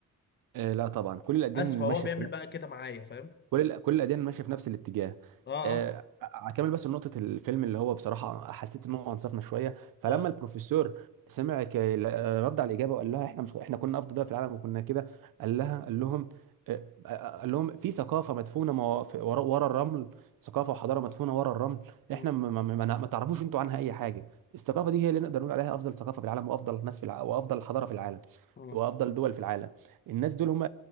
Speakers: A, on the right; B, on the left.
A: آه لا طبعا كل الاديان
B: اسف
A: ماشيه
B: هو بيعمل بقى كده معايا فاهم
A: كل ال- كل الاديان ماشيه في نفس الاتجاه
B: اه
A: آه،
B: اه
A: مم. اكمل بس نقطه الفيلم اللي هو بصراحه حسيت ان هو انصفنا شويه فلما
B: اه
A: البروفيسور سمع ك- رد على الاجابه وقال لها احنا مش احنا كنا افضل دوله في العالم وكنا كده قال لها قال لهم آه، آه، قال لهم في ثقافه مدفونه مو- في- ورا ورا الرمل ثقافه وحضاره مدفونه ورا الرمل
B: مم.
A: احنا ما ما- ما- ما تعرفوش انتوا عنها اي حاجه الثقافه دي هي اللي نقدر نقول عليها افضل ثقافه في العالم وافضل ناس في الع... وافضل حضاره في العالم
B: مم.
A: وافضل دول في العالم الناس دول هم